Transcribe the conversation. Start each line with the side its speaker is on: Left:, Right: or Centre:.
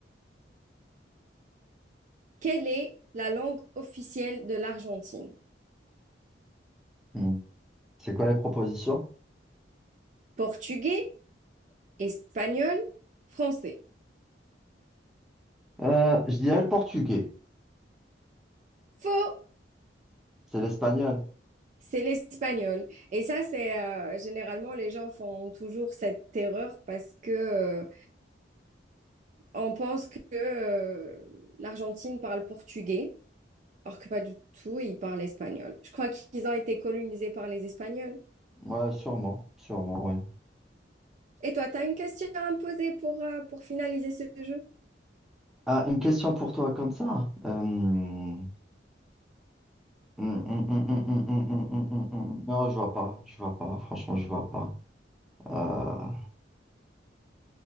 Right: Quelle est la langue officielle de l'Argentine?
Centre: mm. C'est quoi les propositions?
Right: Portugais, espagnol, français.
Centre: Euh, je dirais le portugais.
Right: Faux,
Centre: C'est l'espagnol.
Right: c'est l'espagnol. Et ça, c'est euh, généralement les gens font toujours cette erreur parce que euh, on pense que euh, l'Argentine parle portugais, alors que pas du tout, ils parlent espagnol. Je crois qu'ils ont été colonisés par les Espagnols.
Centre: Ouais, sûrement. Sûrement, ouais.
Right: Et toi, tu as une question à me poser pour, euh, pour finaliser ce jeu?
Centre: Ah, une question pour toi comme ça. Euh, hum, hum, hum, hum, hum, hum, hum, hum, hum. hum. hum. Non, je vois pas. Je vois pas. Franchement, je vois pas. Euh,